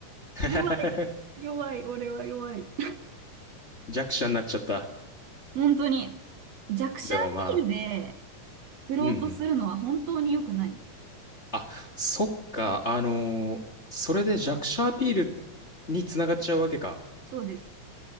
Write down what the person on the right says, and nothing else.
弱い。弱い。俺は弱い。
本当に弱者アピールで
振ろうとするのは本当に良くない。
そうです。